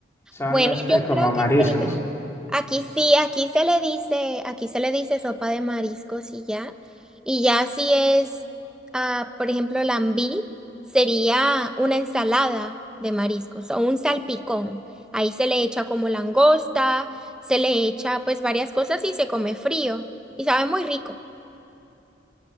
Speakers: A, on the left; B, in the centre.
A: son
B: Bueno,
A: este
B: yo
A: como
B: creo
A: mariscos.
B: que sería. Aquí sí, aquí se le dice, aquí se le dice sopa de mariscos y ya. Y ya si es, ah, por ejemplo, lambí, sería una ensalada de mariscos o un salpicón. Ahí se le echa como langosta, se le echa pues varias cosas y se come frío. Y sabe muy rico.